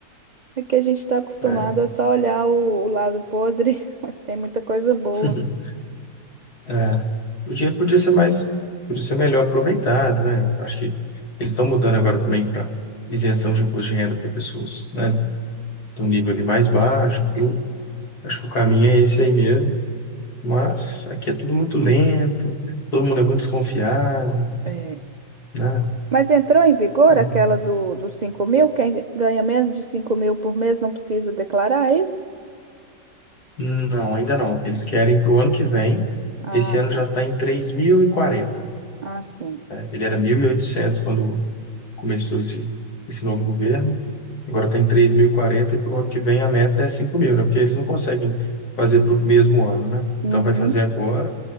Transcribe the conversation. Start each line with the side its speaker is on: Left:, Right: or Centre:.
Right: É que a gente está acostumado
Left: é.
Right: a só olhar o, o lado podre, <laughs> mas tem muita coisa boa.
Left: <laughs> É. O dinheiro podia ser mais, podia ser melhor aproveitado, né? Acho que eles estão mudando agora também para isenção de imposto de renda para pessoas, né? Do nível ali mais baixo, tudo. Acho que o caminho é esse aí mesmo, mas aqui é tudo muito lento, todo mundo é muito desconfiado,
Right: É.
Left: né?
Right: Mas entrou em vigor
Left: Então,
Right: aquela do, dos 5 mil? Quem ganha menos de cinco mil por mês não precisa declarar é isso?
Left: não, ainda não. Eles querem para o ano que vem,
Right: Ah,
Left: esse ano
Right: tá.
Left: já está em 3.040.
Right: Ah, sim.
Left: Ele era 1.800 quando começou esse, esse novo governo, agora está em 3.040 e quarenta e para o ano que vem a meta é 5.000, né? Porque eles não conseguem fazer para o mesmo ano, né? Então
Right: Uhum.
Left: vai fazer agora,